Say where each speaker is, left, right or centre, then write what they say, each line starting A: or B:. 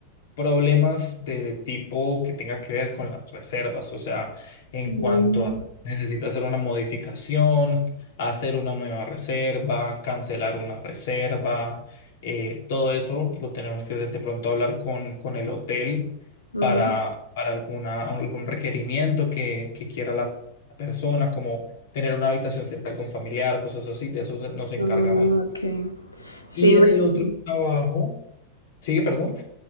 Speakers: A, on the left; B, on the left.
A: problemas de tipo que tenga que ver con las reservas, o sea, en
B: Mm,
A: cuanto a necesita hacer una modificación, hacer una nueva reserva, cancelar una reserva, eh, todo eso lo tenemos que de pronto hablar con, con el hotel
B: ujú.
A: para, para alguna, algún requerimiento que, que quiera la persona, como tener una habitación cerca de algún familiar, cosas así, de eso se- nos encargamos.
B: Ah,
A: ¿no?
B: Okay. Sí,
A: Y
B: porque-
A: en el otro trabajo, sigue, perdón.